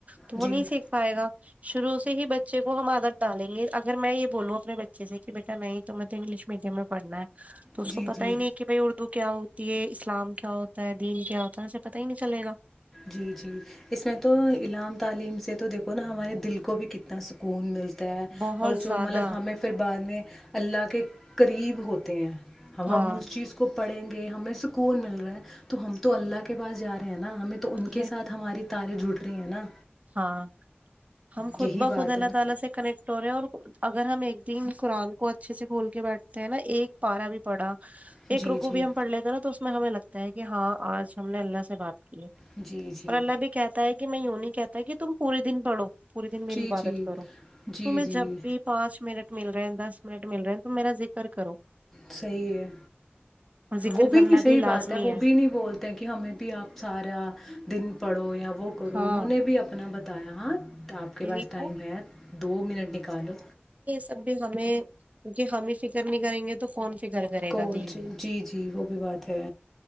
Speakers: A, on the right; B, in the centre.
A: تو
B: جی
A: وہ نہیں سیکھ پائے گا شروع سے ہی بچے کو ہم آدت ڈالیں گے اگر میں یہ بولوں اپنے بچے سے کہ بیٹا نہیں تو میںیں تو انگلش میڈیم میں پڑھنا ہے تو اس
B: جی
A: کو پتا
B: جی
A: ہی نہیں کہ بھائی اڑتا ر کیا ہوتی ہے اسلام کیا ہوتا ہے دین کیا ہوتا ہے اسے پتا ہی نہیں چلے گا
B: جی جی اس میں تو اعام تعلیم سے تو دیکھو نا ہمارے دل کو بھی کتنا سکون ملتا
A: بہت
B: اور
A: زیادہ
B: جو مطلب ہمیں پھر بعد میں اللہ کے قریب ہوتے ہیں اب
A: ہاں
B: ہم اس چیز کو پڑیں گے ہمیں س کون مل رہا ہے تو ہم تو اللہ کے پس جا رہے ہیں نا ہمیں تو ان کے
A: یہ
B: ساتھ ہماری تاری جٹ رہی ہیں نا
A: ہاں ہم خود
B: یہی
A: ب
B: بات
A: خود اللہ
B: ہے نا
A: تعالی سے کنیکٹ ہو رہے ہیں اور اگر ہم ایک دن قرآن کو اچھے سے کھول کے بیٹھتے ہیں نا ایک پارا بھی پڑا
B: جی
A: ایک رکو
B: جی
A: بھی ہم پڑ لیتے نا تو ہمیں لگتا ہے کہ ہاں آج ہم نے اللہ سے بات اور
B: جی جی
A: اللہ بھی کہتا ہے کہ کہ میں وں نہیں کہتا ت کہ تم پورے دن پڑو پورے دن میری
B: جی
A: عبادت
B: جی
A: کرو
B: جی
A: تو
B: جی
A: جب بھی پانچ منٹ مل رہے ہیں دس منٹ مل رہے ہیں تو میرا ذکر کرو
B: صحی ہے
A: اور ذکر
B: وہ
A: کرنا
B: بھی نہیں صحیح
A: لازمی
B: بات ہے وہ بھی نہیں بولتے کہ ہمیں بھی آپ سارا دن پڑھو یا وہ کرو
A: ہاں
B: انہوں نے بھی اپنا بتایا ہاں تو آپ کے
A: یہی
B: پاس ٹائم
A: تو
B: ہے دو منٹ نکالو
A: تب بھی ہمیں کیونکہ ہم ہی فکر نہیں کریں گے تو کون فکر کرے
B: کون
A: گا دین
B: سی
A: کی
B: جی جی وہ بھی بات ہے